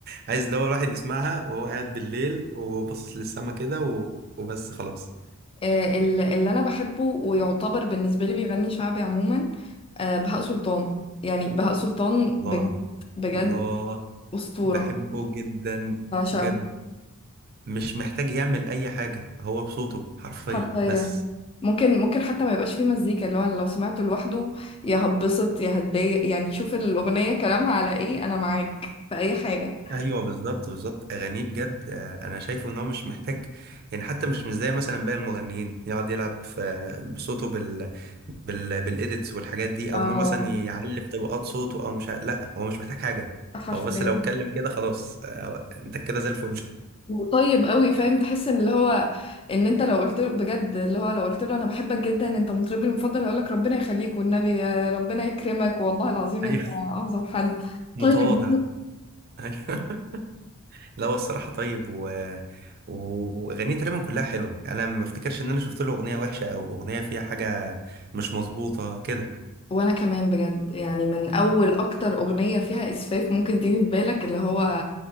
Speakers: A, on the right (about 45°); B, on the left (about 25°).
A: عايز اللي هو الواحد يسمعها وهو قاعد بالليل وباصص للسما كده و... وبس خلاص
B: أه ال- اللي أنا بحبه ويعتبر بالنسبة لي بيغني شعبي عموما أه بهاء سلطان يعني بهاء سلطان
A: الله
B: بجد بجد
A: الله
B: أسطورة
A: بحبه جدا
B: بعشقه
A: بجد مش محتاج يعمل اي حاجة هو بصوته حرفيا
B: حرفيا
A: بس
B: ممكن ممكن حتى ما يبقاش فيه مزيكا اللي هو انا لو سمعته لوحده يا هتبسط يا هتضايق يعني شوف الاغنيه كلامها على ايه انا معاك في اي حاجه
A: ايوه بالظبط بالظبط اغانيه بجد آه، انا شايفه ان هو مش محتاج يعني حتى مش مش زي مثلا باقي المغنيين يقعد يلعب في بصوته بال بال بالايديتس والحاجات دي
B: اه
A: او ان هو مثلا يعلي في طبقات صوته او مش ع- لا هو مش محتاج حاجه
B: حرفيا
A: هو بس لو اتكلم كده خلاص آه، انت كده زي الفل
B: وطيب قوي فاهم تحس ان اللي هو ان انت لو قلت له بجد اللي هو لو قلت له انا بحبك جدا انت مطربي المفضل هيقول لك ربنا يخليك والنبي يا ربنا يكرمك والله العظيم
A: <laughs> ايوه
B: انت اعظم حد
A: متواضع
B: طيب
A: ايوه لا هو الصراحه طيب و واغانيه تقريبا كلها حلوه يعني انا ما افتكرش ان انا شفت له اغنيه وحشه او اغنيه فيها حاجه مش مظبوطه كده
B: وانا كمان بجد يعني من اول اكتر اغنية فيها اسفاف ممكن تيجي في بالك اللي هو